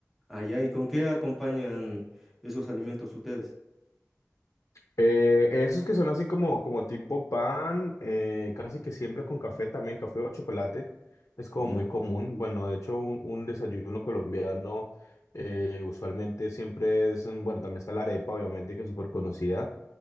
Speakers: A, in the centre; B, on the left.
A: Ah, ya, ¿y con qué acompañan esos alimentos ustedes?
B: Eh, esos que son así como, como tipo pan, eh, casi que siempre con café, también café o chocolate, es como
A: Ya.
B: muy común. Bueno, de hecho, un, un desayuno colombiano eh, usualmente siempre es, mm, bueno, también está la arepa, obviamente, que es súper conocida.